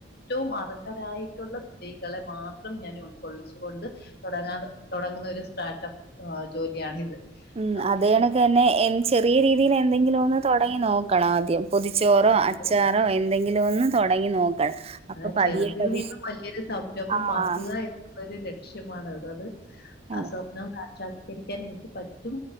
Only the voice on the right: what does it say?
ഉം
അതെയണകന്നെഎൻ ചെറിയരീതിയിൽ എന്തെങ്കിലും ഒന്ന് തുടങ്ങിനോക്കണംആദ്യം പൊതിച്ചോറോഅച്ചാറോഎന്തെങ്കിലും
ഒന്ന് തൊടങ്ങി നോക്കണം അപ്പൊ
പതിയെ
പതിയെ
ആഹ്
അതെ